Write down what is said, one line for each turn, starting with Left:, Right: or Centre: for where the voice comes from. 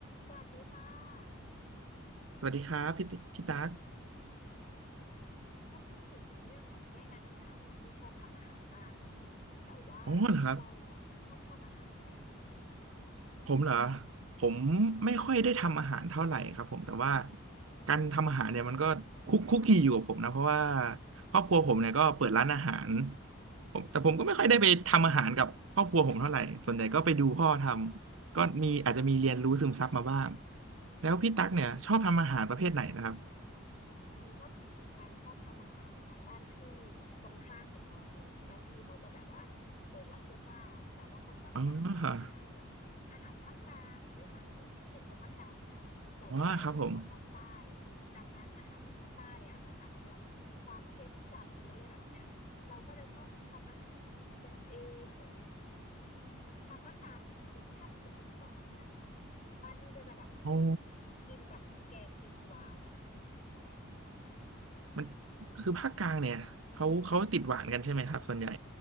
Left: สวัสดีค่ะ
Right: สวัสดีครับพี่ติพี่ตั๊ก
Left: อืมถ้าพูดถึงในเรื่องของแง่การทำอาหารเนี่ยพี่ชอบทำอาหารมาก แต่ว่า
Right: อ๋อเหรอครับ
Left: เราอ่ะชอบทำอาหารไหม
Right: ผมเหรอผมไม่ค่อยได้ทำอาหารเท่าไหร่ครับผมแต่ว่าการทำอาหารเนี่ยมันก็คุกคุกคีอยู่กับผมนะเพราะว่าครอบครัวผมเนี่ยก็เปิดร้านอาหารผมแต่ผมก็ไม่ค่อยได้ไปทำอาหารกับครอบครัวผมเท่าไหร่ส่วนใหญ่ก็ไปดูพ่อทำก็มีอาจจะมีเรียนรู้ซึมซับมาบ้างแล้วพี่ตั๊กเนี่ยชอบทำอาหารประเภทไหนนะครับ
Left: อืมถ้าพูดถึงการชอบทำอาหารนะบ้านพี่ตรงข้ามกับน้องเลยบ้านพี่เขาจะแบบว่าเปิดร้านเสื้อผ้าแต่ว่าเขาชอบทำอาหารแบบอาหารภาคกลางด้วยความที่พี่เป็นคนภาคกลางนะแต่ว่าย้ายมาอยู่ทางภาคใต้
Right: อ๋ออ๋อครับผม
Left: ดังนั้นอาหารทางภาคใต้อ่ะมันอาจจะมีความเค็มจัดหรืออะไรแบบเนี้ยเราก็จะชอบทำอาหารกินกันเองเหมือนทางภาคกลางเนี่ยรสชาติมันจะติดหวานนะบ้านพี่ก็จะแบบ
Right: อ๋อ
Left: กินแบบแกงติดหวาน
Right: มันคือภาคกลางเนี่ยเขาเขาติดหวานกันใช่ไหมครับส่วนใหญ่